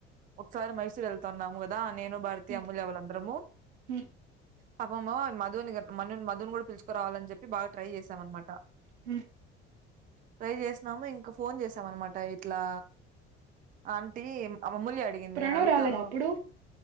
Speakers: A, on the right; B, on the right.
A: ఒకసారి మైసూర్ వెళ్తాన్నాము కదా నేను భారతీ
B: ఉమ్,
A: అమూల్య వాళ్ళు అందరము
B: ఉమ్,
A: పాపమో మధుని గర్ మను ని మధుని కూడా పిలుచకురావాలని చెప్పి బాగా ట్రై చేశాం అనమాట
B: ఉ
A: ట్రై చేసినాము ఇంకా ఫోన్ చేసాం అనమాట ఇట్లా ఆంటీ అమ మూల్యా అడిగింది
B: ప్రణవ్
A: నేను అడుగుతాను
B: రాలేదు అప్పుడు